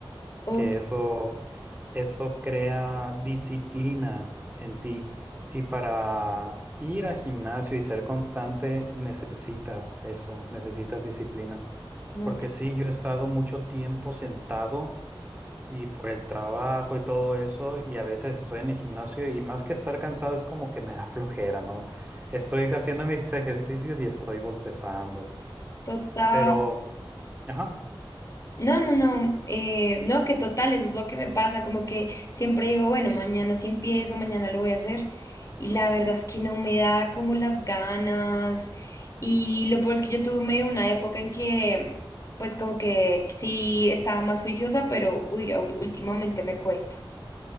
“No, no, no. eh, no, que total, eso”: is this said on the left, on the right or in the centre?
Left